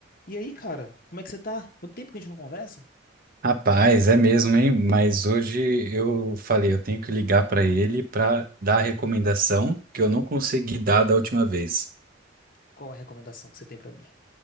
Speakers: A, on the left; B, on the right.
A: E aí, cara, como é que você tá? Quanto tempo que a gente não conversa?
B: Rapaz, é mesmo, hein? Mas hoje eu falei, eu tenho que ligar para ele para dar a recomendação que eu não consegui dar da última vez.
A: Qual a recomendação que você tem pra mim?